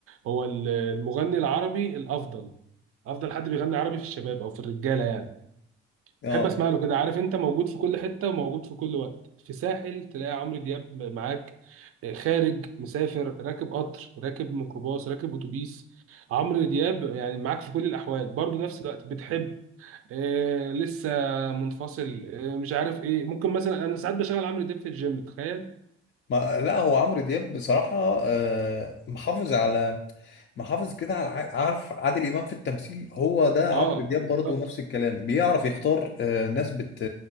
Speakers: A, on the right; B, on the left.
A: هو ال- المغني العربي الأفضل افضل حد بيغني عربي في الشباب او في الرجاله يعني
B: اه
A: بحب اسمع له كده عارف انت موجود في كل حته وموجود في كل وقت في ساحل تلاقي عمرو دياب معاك آه، خارج مسافر راكب قطر راكب ميكروباص راكب اتوبيس عمرو دياب يعني معاك في كل الاحوال برضو نفس الوقت بتحب آه لسه منفصل آه مش عارف ايه ممكن مثلا انا ساعات بشغل عمرو دياب في الجيم تخيل
B: ما لا هو عمرو دياب بصراحة آه، محافظ على محافظ كده على ع- عارف عادل إمام في التمثيل هو ده
A: اه
B: عمرو دياب
A: بالظبط
B: برضه نفس الكلام بيعرف يختار آه، ناس بت